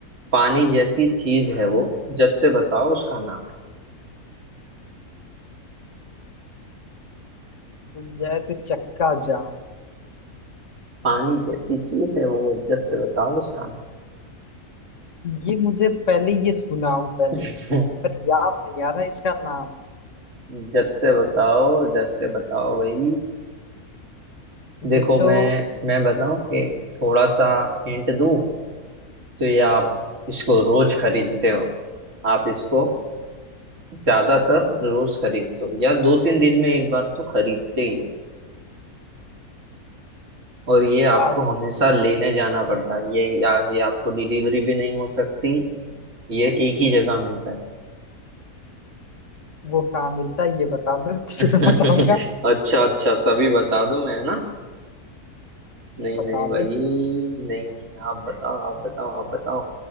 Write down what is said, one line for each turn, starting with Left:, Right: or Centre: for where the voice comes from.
Right: पानी जैसी चीज है वो जब से बताओ उसका नाम
Left: टूट जाए तो चक्का जाम
Right: पानी जैसी चीज है वो जब से बताओ उसका
Left: ये मुझे पहले ये सुना हूं पहले
Right: नाम
Left: पर याद नहीं आ रहा इसका नाम
Right: <laughs> जब से बताओ जब से बताओ भाई देखो
Left: ये तो
Right: मैं मैं बताऊं एक थोड़ा सा हिंट दूं तो ये आप इसको रोज खरीदते हो आप इसको ज्यादातर रोज खरीदते हो या दो तीन दिन में एक बार तो खरीदते ही हो और ये आपको
Left: आज
Right: हमेशा लेने जाना पड़ता है ये या, ये आपको डिलीवरी भी नहीं हो सकती ये एक ही जगह मिलता है
Left: वो कहाँ मिलता है ये बता दो <laughs>
Right: <laughs>
Left: फिर बताऊंगा
Right: अच्छा अच्छा सभी बता दो मैं है ना नहीं
Left: बता
Right: नहीं भाई
Left: दो
Right: नहीं नहीं आप बताओ आप बताओ आप बताओ